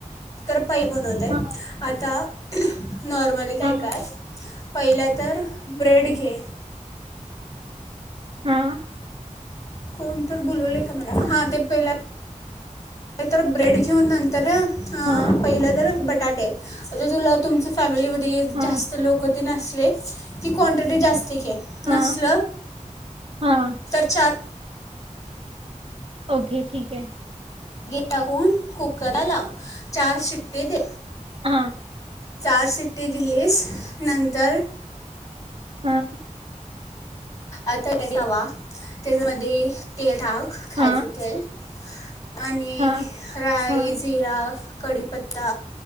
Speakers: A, on the left; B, on the right.
A: तर पैल बनवतय
B: हा
A: आता <inaudible> नॉर्मली काय
B: हा
A: काज पहिला तर ब्रेड घे.
B: हा
A: कोण तर बोलवले का मला हां ते पहिला नाईतर ब्रेड घ्युन नंतर हां
B: हा
A: पहिलं तर बट त्या टाईप म्हंजे तुला तुमच्या फॅमिली लीत
B: हा
A: जास्त लोक तेनअसले की क्वांटिटी जास्त तीकी
B: हा
A: नसलं
B: हा
A: तर चार
B: ओके ठीके.
A: ईट टाकून कुकरला लाव चार शिट्टे दे.
B: हां.
A: चार सिट जिलीिस नंतर
B: हम्
A: आता हवा त्याच्यामध्ये ते टाक खा
B: हा
A: तेल आणि
B: हा
A: राय
B: हा
A: जिरा कढीपत्ता